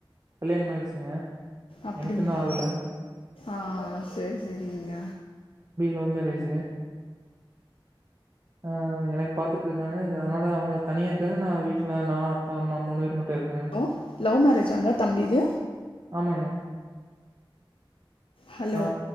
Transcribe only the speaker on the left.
அப்படிங்களா
ஆ செரி செரிங்க
ஹலோ லவ் மேரேஜாங்க தம்பிது
ஹலோ